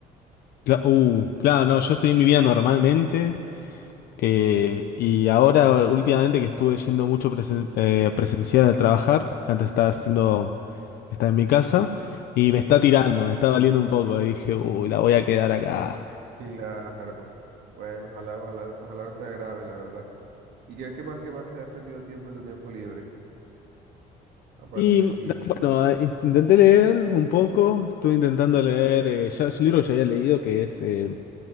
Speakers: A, on the left (about 70°); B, on the right (about 75°).
A: cla- uh, claro, no, yo seguí mi vida normalmente eh, y ahora últimamente que estuve yendo mucho presen- eh, presencial a trabajar, que antes estaba haciendo, estaba en mi casa y me está tirando, me está doliendo un poco y dije, uy, la voy a quedar acá.
B: Claro. Bueno, ojalá, ojalá, ojalá no sea grave, la verdad. ¿Y qué, qué más, qué más le has metido tiempo a tu tiempo libre, aparte
A: Y
B: del gym?
A: bueno, eh, intenté leer un poco, estuve intentando leer eh, ya, es un libro que ya había leído que es eh,